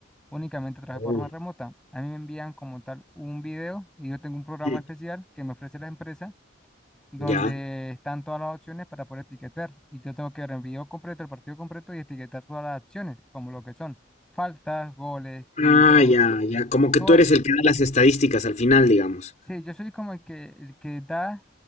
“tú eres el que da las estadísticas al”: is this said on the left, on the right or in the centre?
Left